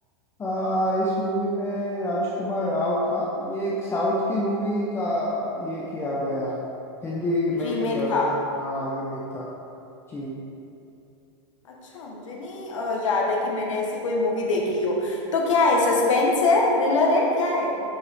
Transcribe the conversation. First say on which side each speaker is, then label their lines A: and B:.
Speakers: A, on the left; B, on the left.
A: आ, इस मूवी में राजकुमार राव था ये एक साउथ की मूवी का ये किया गया है हिंदी में
B: रीमेक
A: किया गया
B: था
A: है हाँ रीमेक था जी
B: अच्छा मुझे नहीं अ, याद है कि मैंने ऐसी कोई मूवी देखी हो तो क्या है सस्पेंस है थ्रिलर है क्या है